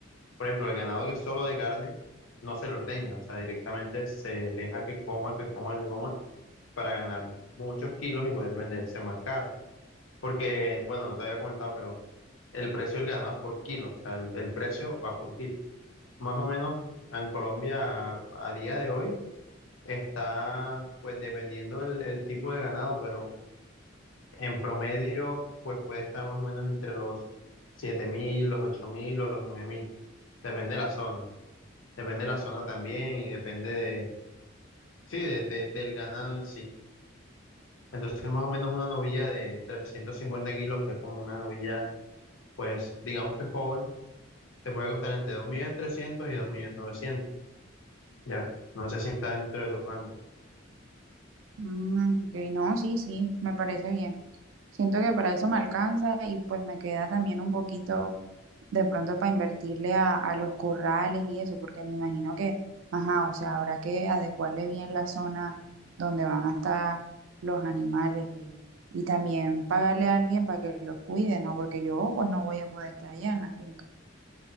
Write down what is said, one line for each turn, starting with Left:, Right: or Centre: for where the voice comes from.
Left: Por ejemplo, el ganado que es solo de carne no se le ordeña, o sea, directamente se deja que coma, que coma, que coma para ganar muchos kilos y poder venderse más caro. Porque, bueno, no te había comentado, pero el precio del ganado es por kilo, o sea, el, el precio va por kilo. Más o menos en Colombia a día de hoy está, pues dependiendo el, el tipo de ganado, pero en promedio, pues puede estar más o menos entre los siete mil los 8.000 o los nueve mil depende de la zona. Depende de la zona también y depende de, sí, de, de- del ganado en sí. Entonces, más o menos una novilla de 350 kilos, que es como una novilla, pues, digamos que joven, te puede costar entre dos millones trescientos y dos millones novecientos Ya, no sé si está dentro de tu rango.
Right: Mm, ok, no, sí, sí, me parece bien. Siento que para eso me alcanza y pues me queda también un poquito de pronto para invertirle a, a los corrales y eso, porque me imagino que, ajá, o sea, habrá que adecuarle bien la zona donde van a estar los animales y, y también pagarle a alguien para que los cuide, ¿no? Porque yo pues no voy a poder estar allá en la finca.